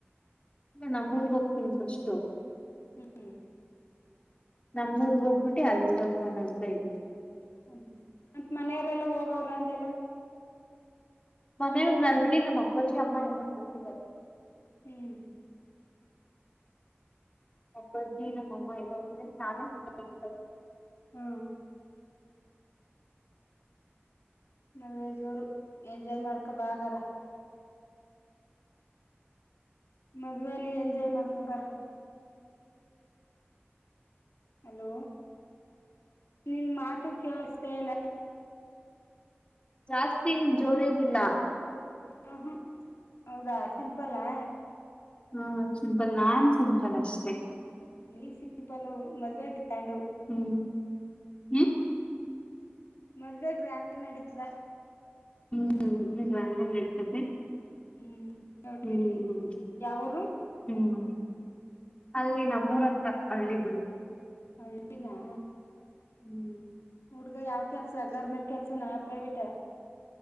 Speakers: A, on the left; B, on the left.
A: ಇಲ್ಲ ನಮ್ಮೂರ್ಗ್ ಹೋಗ್ತಿನ್ ಫಷ್ಟು.
B: ಹ್ಮ್
A: ನಮ್ಮೂರ್ಗ್ ಹೋಗ್ಬಿಟ್ಟಿ ಅಲ್ಲಿಂದ ಹೋಗಣ ಅಂತ ಇದಿನಿ.
B: ಅಲಿ ಮತ್ ಮನೆಯವರೆಲ್ಲ ಹೋಗವ್ರ ಅಂದ್ಯಾಲ್ಲ.
A: ಮನೆಯವ್ರ್ ಆಲ್ರೆಡಿ ನಮ್ಮ್ ಅಪ್ಪಾಜಿ ಅಮ್ಮ ಏಲ್ಲ ಹೋಗಿದ್ದಾರೆ.
B: ಹ್ಮ್
A: ನಮ್ಮಪ್ಪಾಜಿ ನಮ್ಮಮ್ಮ ಎಲ್ಲ ಹೋದ್ಮೇಲೆ ನಾನೇ ಸು <unintelligible>
B: ಹ್ಮ ಮದ್ವೆ ಜೋರು ಎಂಜಾಯ್ ಮಾಡ್ಕೊ ಬಾ ಹಾಗರ. ಮದುವೇಲಿ ಎನ್ ಜಾಯ್ ಮಾಡ್ಕಬಾರೋ. ಹಲೋ ನಿನ್ ಮಾತು ಕೇಳಿಸ್ತಾ ಇಲ್ಲ.
A: ಜಾಸ್ತಿ ಏನ್ ಜೋರೇನ್ ಇಲ್ಲ.
B: ಹು ಹುಂ ಹೌದಾ ಸಿಂಪಲ್ಲಾ.
A: ಹಾ ಸಿಂಪಲ್ ನಾನ್ ಸಿಂಪಲ್ ಅಷ್ಟೆ.
B: ನೀ ಸಿಂಪಲ್ ಮದ್ವೆ ಗ್ರ್ಯಾಂಡು.
A: ಹ್ಮ್ ಹ್ಮ
B: ಮದ್ವೆ ಗ್ರ್ಯಾಂಡಾಗ್ ನಡೀತದೆ.
A: ಹ್ಮ್ ಗ್ರ್ಯಾಂಡಾಗ್ ನಡಿತದೆ
B: ಹ್ಮ್ ಚೌಟ್ರಿಲಿ
A: ಹ್ಮ್
B: ಯಾವರು
A: ಹ್ಮ್. ಅಲ್ಲಿ ನಮ್ಮೂರತ್ರ ಹಳ್ಳಿ ಬ <unintelligible>
B: ಹಳ್ಳಿನಾ?
A: ಹ್ಮ್
B: ಹುಡ್ಗ ಯಾವ್ ಕೆಲ್ಸ ಗೌರ್ಮೆಂಟ್ ಕೆಲ್ಸನಾ ಪ್ರೈವೇಟ?